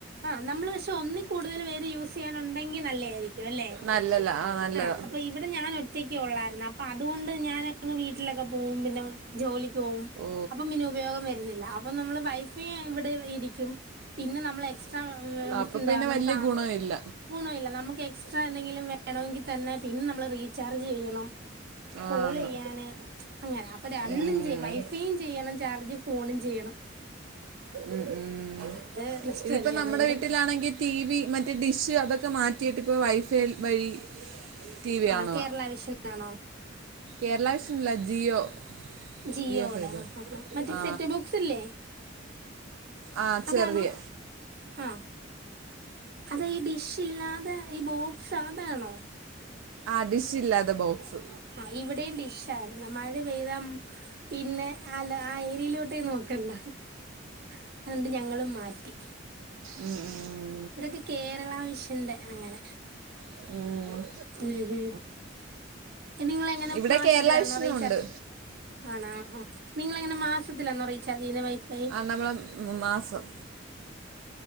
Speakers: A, on the right; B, on the right.
A: ആഹ് നമ്മള് പക്ഷേ ഒന്നിൽ കൂടുതൽ പേര് യൂസ് ചെയ്യാൻ ഉണ്ടെങ്കി നല്ല യായിരിക്കും അല്ലേ
B: നല്ലതാ ആ നല്ലതാ
A: ആഹ് അപ്പം ഇവിടെ ഞാൻ ഒറ്റക്കെ ഒള്ളായിരുന്നു അപ്പൊ അത് കൊ ണ്ട് ഞാൻ അങ്ങ് വീട്ടിലൊക്കെ പോകും പിന്നെ ജോലി പോവും
B: ഓ
A: അപ്പൊ പിന്നെ ഉപയോഗം വരുന്നില്ല അപ്പൊ നമ്മള് വൈഫൈ ഇവിടെ ഇരിക്കും. പിന്നെ നമ്മള് എക്സ് ട്രാ
B: അപ്പൊ
A: എന്താ
B: പിന്നെ
A: നമുക്ക്
B: വലിയ
A: ആഹ്
B: ഗുണമില്ല
A: ഗുണവില്ല നമുക്ക് എക്സ്ട്രാ എന്തെങ്കിലും വേണമെങ്കിൽ തന്നെ പിന്നെ നമ്മള് റീചാർജ് ചെയ്യണം. കോൾ
B: ആന്ന്
A: ചെയ്യാന് അങ്ങനെ അപ്പൊ രണ്ടും
B: ഉം
A: ചെയും സീൻ ചെയ്യണം ചാർജ് ഫോണും ചെയ്യണം.
B: ഉം ഉം.
A: അത് നഷ്ടല്ലേ
B: ഇതിപ്പോ നമ്മുടെ
A: അതുകൊണ്ട്
B: വീട്ടിലാണെങ്കിൽ ടി വി മറ്റ് ഡിഷ് അതൊക്കെ മാ റ്റീട്ടിപ്പോൾ വൈഫൈ വഴി ടി വി കാണുക
A: ആണോ കേരള വിഷനാണോ?
B: കേരള വിഷൻ അല്ല ജിയോ.
A: ജിയോടെ
B: ജിയോ ഫൈബർ
A: ആഹ് ആഹാ ഹാ മറ്റേ
B: ആ
A: സെറ്റപ് ബോക്സ് അല്ലേ
B: ആ ചെറിയ
A: അതാണോ ആഹ്. അത് ഈ ഡിഷ് ഇല്ലാതെ ഈ ബോക്സ് അതാണോ?
B: ആ ഡിഷ് ഇല്ലാതെ ബോക്സ്
A: ആ ഇവിടേം ഡിഷ്‌ ആയിരുന്നു മഴ പെയ്ത പിന്നെ അല്ല ആ അയ്രിയിലോട്ടേ നോക്കണ്ട അത്കൊണ്ട് ഞങ്ങളും മാറ്റി
B: ഉം ഉം.
A: ഇവിടൊക്കെ കേരള വിഷന്റെ അങ്ങനെ
B: ഉം
A: ഉം ഹും നിങ്ങളെങ്ങനെ
B: ഇവിടെ
A: മാസത്തിലാണോ
B: കേരള വിഷനും
A: റീചാർജ്
B: ഉണ്ട്
A: ആണ് ആ ആ നിങ്ങളെങ്ങനെ മാസത്തിലാണോ റീചാർജ് ചെയ്യുന്നേ വൈഫൈ
B: ആ നമ്മളെ മ- മാസം